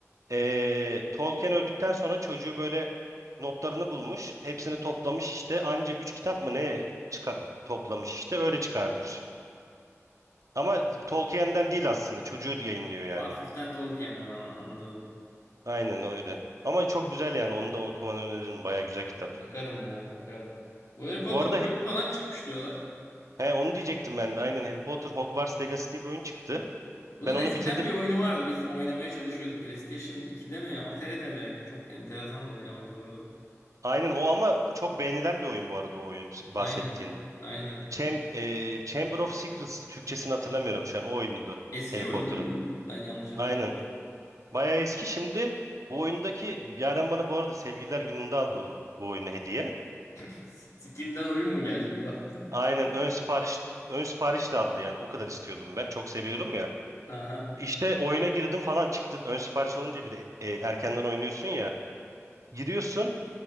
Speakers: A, on the right (about 85°); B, on the left (about 80°).
A: Ee, Tolkien öldükten sonra çocuğu böyle notlarını bulmuş. Hepsini toplamış işte. Anca 3 kitap mı ne çıka- toplamış işte öyle çıkarmış. Ama Tolkien'den değil aslında. Çocuğu yayınlıyor yani.
B: Hafiften Tolkien'den ama anladım.
A: Aynen öyle. Ama çok güzel yani. Onu da okumanı öneririm. Baya güzel kitap.
B: Bakarım ya bakarım. Bu Harry Potter'ın
A: Bu arada he,
B: boyutu falan çıkmış diyorlar.
A: he, onu diyecektim ben de. Aynen Harry Potter Hogwarts Legacy diye bir oyun çıktı.
B: Bunun
A: Ben onu
B: eskiden
A: bitirdim.
B: bir oyunu vardı. Biz oynamaya çalışıyorduk. PlayStation 2'de mi? Atari'de mi? Çok enteresan da oynamak zordu.
A: Aynen o ama o çok beğenilen bir oyun bu arada o oyun bahsettiğin.
B: Aynen. Aynen.
A: Cham- e, Chamber of Secrets Türkçesini hatırlamıyorum şu an o oyundu
B: Eski
A: Harry
B: bir
A: Potter'ın.
B: oyun değil mi bu? Ben yanlış hatırladım.
A: Aynen. Bayağı eski şimdi. Bu oyundaki Yaren bana bu arada Sevgililer Günü'nde aldı o- bu oyunu hediye.
B: <laughs> Steam'den oyun mu geldi bir baktım.
A: Aynen ön sipariş ön sipariş de aldı yani o kadar istiyordum ben. Çok seviyorum ya.
B: Aha.
A: İşte oyuna girdim falan çıktı. Ön sipariş olunca bir de e, erkenden oynuyorsun ya. Giriyorsun.